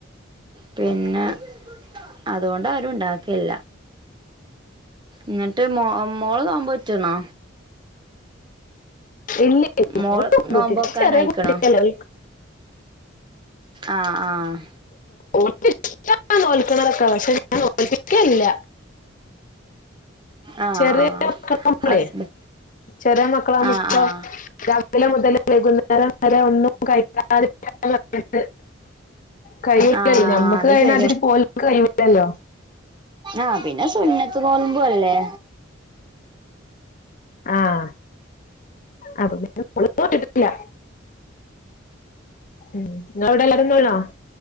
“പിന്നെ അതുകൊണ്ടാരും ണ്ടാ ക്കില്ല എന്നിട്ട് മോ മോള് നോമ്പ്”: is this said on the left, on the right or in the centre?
Right